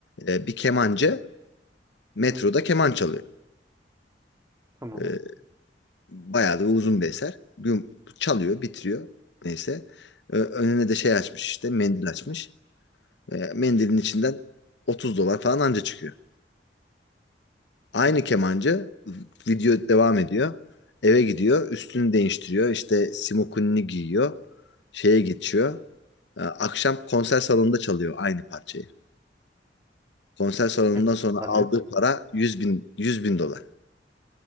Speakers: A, on the left; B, on the right.
A: Ee, bir kemancı metroda
B: Hı hı,
A: keman çalıyor.
B: tamam.
A: Ee, bayağı da uzun bir eser. Bir- çalıyor, bitiriyor. Neyse. Ee, önüne de şey açmış işte mendil açmış. E, mendilin içinden 30 dolar falan anca çıkıyor. Aynı
B: Tamam.
A: kemancı video devam ediyor. Eve gidiyor, üstünü değiştiriyor, işte simokunini giyiyor, şeye geçiyor. E, akşam konser salonunda çalıyor aynı parçayı. Konser salonundan
B: Ne kadar
A: sonra
B: kazanıyor?
A: aldığı para 100 bin, 100 bin dolar.